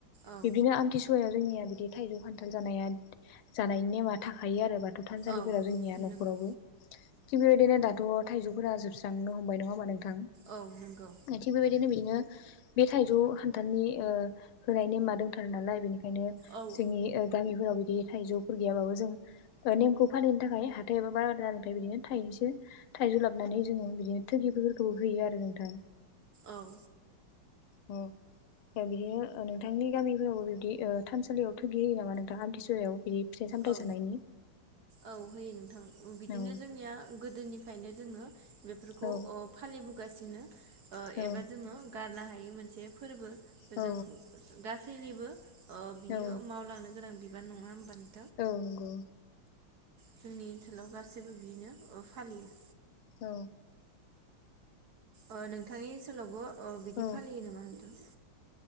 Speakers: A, on the right (about 55°); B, on the left (about 80°).
A: औ
B: बिदिनो आमथिसुवा याव जोंनिया बिदि थाइजौ खान्थाल जानाया जानायनि नेमा थाखायो आरो बा थौ थानसालिफोराव
A: औ
B: जोंनिया न'खरावबो।
A: नंगौ
B: थिग बेबायदिनो दाथ' थाइजौफोरा जोबस्रांनो हमबाय नङा होनबा नोंथां?
A: औ नंगौ
B: थिग बेबायदिनो बिदिनो बे थाइजौ खान्थालनि ओ होनाय नेमा दंथारो नालाय बेनिखायनो
A: औ
B: जोंनि ओ गामि फोराव बिदि थायजौफोर गैयाबाबो जों नेमखौ फालिनो थाखाय हाथाय एबा बाजारनिफ्राय बिदिनो थायनैसो थाइजौ लाबोनानै जोङो बिदिनो थुगिफोरखौ होयो आरो नोंथां।
A: औ।
B: अह ओ बिदिनो नोंथांनि गामिफोरावबो बिबदि थानसालियाव थुगि होयो नामा नोंथां आमथिसुवायाव बिदि? फिथाइ सामथाइ
A: औ
B: जानायनि
A: औ होयो नोंथां उम बिदिनो
B: औ
A: जोंनिया गोदोनिफ्रायनो जोङो बेफोरखौ
B: औ
A: ओ फालिबोगासिनो
B: औ
A: एबा जोङो गारनो हा यि मोनसे फोरबो
B: औ
A: जों गासैनिबो ओ बियो
B: औ
A: मावलांनो गोनां बिबान नङा होनबा?
B: औ नंगौ।
A: जोंनि ओनसोलाव गासैबो बिनो ओ फालियो।
B: औ।
A: ओ नोंथांनि ओनसोलावबो ओ बिदि
B: औ
A: फालियो नामा नोंथां?